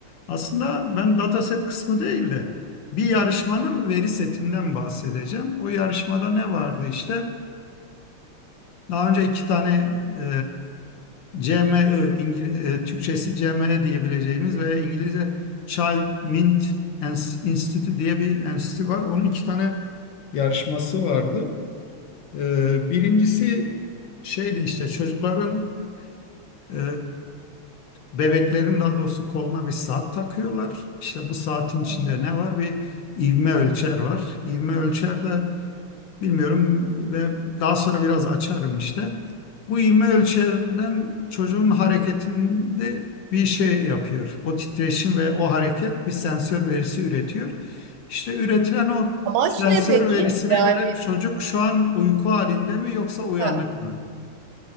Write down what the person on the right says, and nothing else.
Hı
hı.
Amaç
ne peki?
Yani
ha,